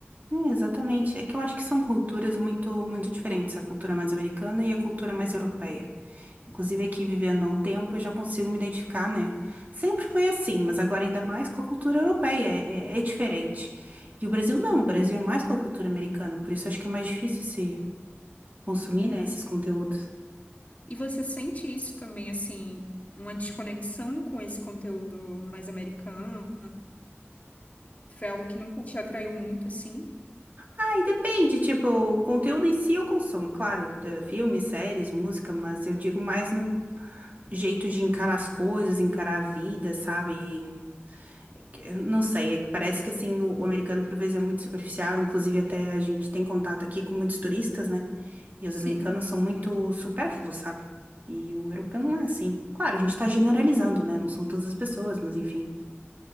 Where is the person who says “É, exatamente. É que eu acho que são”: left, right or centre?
Right